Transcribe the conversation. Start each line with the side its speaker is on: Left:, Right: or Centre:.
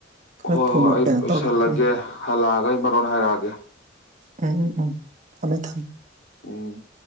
Right: ꯈꯔ
Left: ꯍꯣꯏ
Right: ꯊꯨꯅ
Left: ꯍꯣꯏ ꯑꯩ
Right: ꯀꯩꯅꯣ
Left: ꯂꯣꯏꯁꯜꯂꯒꯦ
Right: ꯇꯧꯔꯣ ꯎꯝ
Left: ꯍꯜꯂꯛꯑꯒ ꯑꯩ ꯃꯔꯣꯟ ꯍꯥꯏꯔꯛꯑꯒꯦ
Right: ꯎꯝ ꯎꯝ ꯎꯝ ꯊꯝꯃꯦ ꯊꯝꯃꯦ
Left: ꯎꯝ